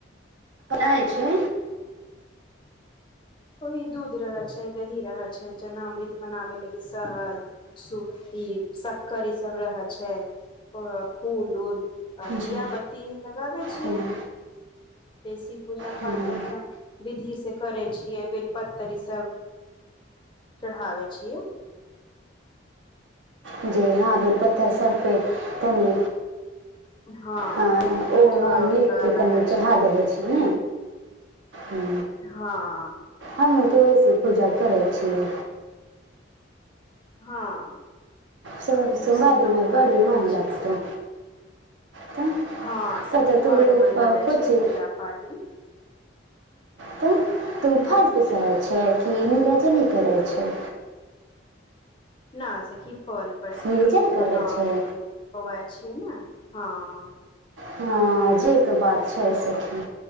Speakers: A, on the right; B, on the left.
A: आ छै
B: ओहि दूध रहै छै दही रहै छै जेनामृत बनाबे लागी सहद स ई शक्कर ई सब रहै छै ओ फूल उल आ दीिया
A: जी
B: बत्ती लगाबै छियै
A: हँ,
B: देसी पूजा
A: हँ,
B: पाठ अपना विधि से करै छियै बेलपत्तरिस चढ़ावावे छीए
A: जी हँ बेल पतथर सब पे तनी
B: हँ
A: ह
B: धतुरा
A: ओम ओम
B: उतरा
A: लिखतो पेनी
B: रहे
A: चढ़ा
B: छै
A: देबे छ ने ह
B: हँ
A: हँ तऽहिस पूजा करै छियै
B: हँ
A: सो- सोमवारीमे
B: ओसीए हमँ
A: बड़ी
B: आर करै
A: मन
B: छियै
A: लगतौ
B: सखी
A: तऽ
B: हँ
A: तऽ
B: सखी
A: तऽ तू
B: बड मन
A: अ,
B: लगे
A: कोची
B: छै पूजा पाठमे
A: त तू फालतूसहर
B: आय सखी
A: छै कि निराजनी करै छै
B: न सकी फल पर सकी
A: निर्जल
B: उतना
A: करै
B: न
A: छै
B: होब होव हँ
A: हँ जे त बात छै सखी